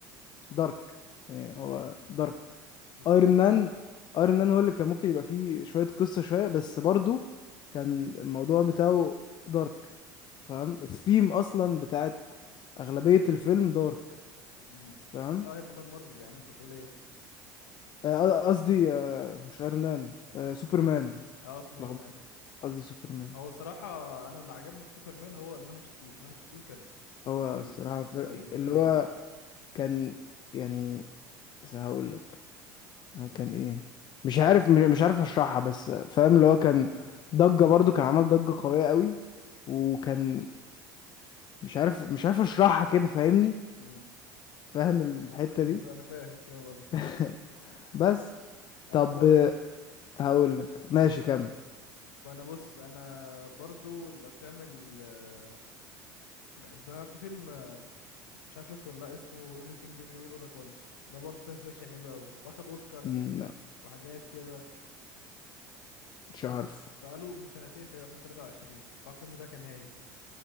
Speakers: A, on the left; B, on the left.
A: دارك يعني هو دارك
B: بالظبط
A: ايرون مان ايرون مان هو اللي كان ممكن يبقى فيه شوية قصة شوية بس برضو كان الموضوع بتاعه دارك فاهم الثيم اصلا بتاعت اغلبية الفيلم دارك
B: امم
A: فاهم
B: بس ايرون مان مارفل يا عم انت بتقول ايه
A: آه، قصدي آه، مش ايرون مان آه، سوبرمان
B: اه سوبرمان
A: اتلخبطت قصدي سوبرمان
B: هو صراحة أنا اللي عجبني في سوبرمان هو مان أوف ستيل مان أوف ستيل كان
A: هو
B: كان رهيب
A: الصراحة في-
B: رهيب
A: اللي
B: رهيب
A: هو كان يعني هقول لك آه، كان ايه مش عارف مش مش عارف اشرحها بس فاهم اللي هو كان ضجة برضو كان عمل ضجة قوية قوي وكان مش عارف مش عارف اشرحها كده فاهمني
B: مم.
A: فاهم الحتة
B: أنا
A: دي
B: ف... أنا فاهم فاهم قصدي
A: <laughs> بس
B: أنا
A: طب
B: برضه
A: هقول لك ماشي كمل
B: أنا بص أنا برضو الأفلام اللي بحبها في فيلم آه، مش عارف شفته ولا لأ اسمه Everything Everywhere All At Once ده برضه ساينس فيكشن حلو أوي واخد أوسكار
A: مم، لا
B: وحاجات كده
A: مش
B: ده
A: عارف
B: بقاله من سنتين تقريبا 2023 فالفيلم ده كان هايل